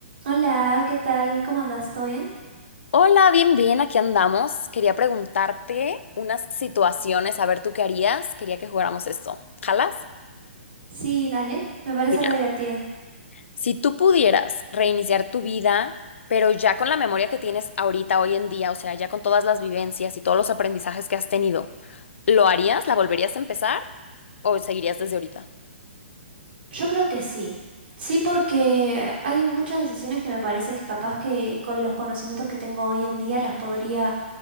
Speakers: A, on the right (about 55°); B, on the left (about 75°).
A: Hola, ¿qué tal? ¿Cómo andas? ¿Todo bien?
B: Hola, bien, bien, aquí andamos. Quería preguntarte unas situaciones, a ver tú qué harías. Quería que jugáramos esto. ¿Jalas?
A: Sí, dale, me parece
B: Mira,
A: re divertido.
B: si tú pudieras reiniciar tu vida, pero ya con la memoria que tienes ahorita, hoy en día, o sea, ya con todas las vivencias y todos los aprendizajes que has tenido, ¿lo harías? ¿La volverías a empezar? ¿O seguirías desde ahorita?
A: Yo creo que sí. Sí, porque hay muchas decisiones que me parece que capaz que con los conocimientos que tengo hoy en día las podría